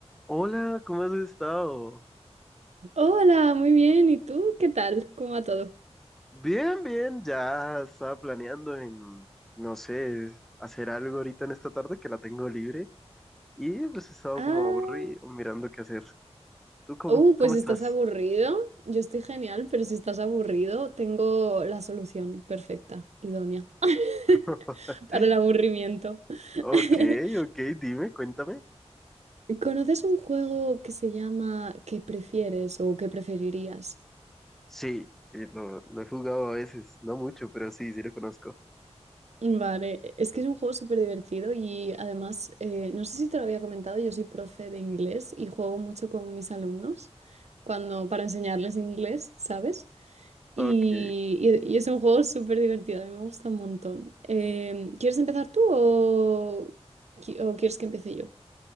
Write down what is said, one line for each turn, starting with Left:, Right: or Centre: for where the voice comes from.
Centre: Hola, ¿cómo has estado?
Right: Hola, muy bien. ¿Y tú? ¿Qué tal? ¿Cómo va todo?
Centre: Bien, bien, ya estaba planeando en, no sé, hacer algo ahorita en esta tarde que la tengo libre y pues he estado
Right: Ah,
Centre: como aburrido mirando qué hacer. ¿Tú cómo,
Right: uh, pues
Centre: cómo estás?
Right: estás aburrido. Yo estoy genial, pero si estás aburrido, tengo la solución perfecta, idónea, <laughs>
Centre: <laughs>
Right: para el aburrimiento.
Centre: Ok,
Right: <laughs>
Centre: ok, dime, cuéntame.
Right: ¿Conoces un juego que se llama ¿Qué prefieres o qué preferirías?
Centre: Sí, sí, lo, lo he jugado a veces, no mucho, pero sí, sí lo conozco.
Right: Vale, e-, es que es un juego súper divertido y además, eh, no sé si te lo había comentado, yo soy profe de inglés y juego mucho con mis alumnos cuando para enseñarles inglés, ¿sabes? Y,
Centre: Ok.
Right: y- y es un juego súper divertido, a mí me gusta un montón. Em, ¿quieres empezar tú o, qui- o quieres que empiece yo?